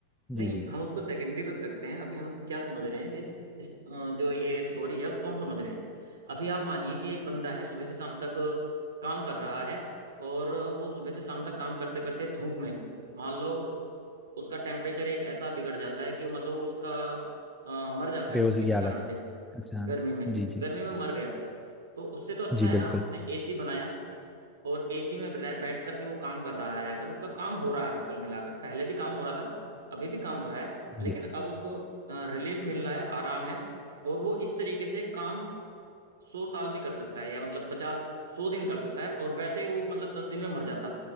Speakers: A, on the right; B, in the centre.
A: नहीं
B: जी जी
A: हम उसको सेकेंडरी पे रखते हैं अभी हम क्या समझ रहे हैं कि इस, इस अ, जो ये थ्योरी है उसको हम समझ रहे हैं अभी आप मानिए कि एक बंदा है सुबह से शाम तक काम कर रहा है और वो सुबह से शाम तक काम करते करते धूप में मान लो उसका टेम्परेचर एक ऐसा बिगड़ जाता है कि मान लो उसका अ, मर जाता है
B: बेहोशी
A: वो किसी
B: की
A: कारण
B: हालत
A: से
B: अच्छा
A: गर्मी में
B: जी जी
A: गर्मी में मर गया तो उससे तो अच्छा
B: जी
A: है
B: बिल्कुल
A: ना उसने एसी बनाया और एसी में बै- बैठ करके वो काम कर रहा है अगर उसका काम हो रहा है कुल मिलाकर पहले भी काम हो रहा था अभी भी काम हो रहा है लेकिन
B: जी
A: अब उसको रिलीफ मिल रहा है आराम है और वो इस तरीके से काम सौ साल भी कर सकता है या मतलब पचास सौ दिन कर सकता है और वैसे वो मतलब दस दिन में मर जाता